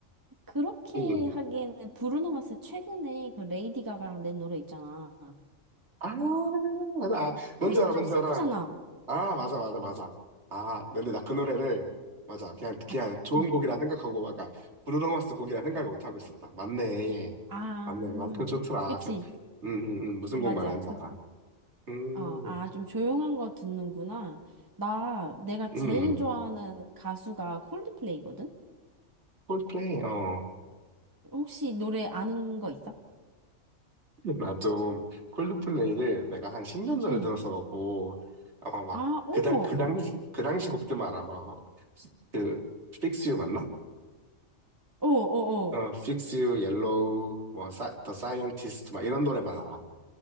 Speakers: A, on the right (about 15°); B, on the right (about 60°).
A: 그렇게
B: 응.
A: 하기에는 브루노 마스 최근에 그 레이디 가가랑 낸 노래 있잖아.
B: 아, 나,
A: 그건
B: 뭔지 알아,
A: 좀
B: 뭔지
A: 슬프잖아.
B: 알아. 아, 맞아, 맞아, 맞아. 아, 근데 나 그 노래를, 맞아. 그냥, 그냥
A: 아,
B: 좋은
A: 응.
B: 곡이라 생각하고, 아까, 브루노 마스 곡이라 생각을 못하고 있었다. 맞네.
A: 아,
B: 맞네. 맞아. 그거 좋더라.
A: 그치.
B: 저, 음, 음, 음, 무슨
A: 맞아.
B: 곡 말하는지
A: 그
B: 알아. 음,
A: 어, 아, 좀 조용한 거 듣는구나. 나, 내가
B: 음,
A: 제일 좋아하는 가수가 콜드플레이거든?
B: 콜드플레이, 어.
A: 혹시 노래 아는 거 있어?
B: 나 좀 콜드플레이를 내가 한 10년 전에
A: 응.
B: 들었어갖고 아마 막
A: 아, 어머!
B: 그당 그 당시 그 당시 곡들만 알아 막그 Fix You 맞나?
A: 어, 어,
B: 어
A: 어.
B: Fix You, Yellow, 뭐 사, The Scientist 막 이런 노래만 알아.